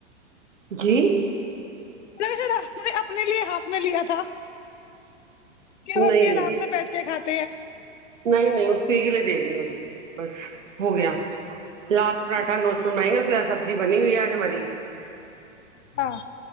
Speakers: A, on the right (about 80°); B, on the left (about 65°).
A: جی
B: ررا نے اپنے لیے ہاتھ میں لیا تھا کہ
A: نہیں
B: ہم بھی
A: نہیں
B: آرام سے بیٹھ کے کاتے
A: نہیں نہیں اسی کے لیے دے رہی ہوں ابھی بس ہو گیا للاس
B: اچھا
A: پراھا نو سو مہنگا سبزی بنی ہوئی ہے مری
B: اچھا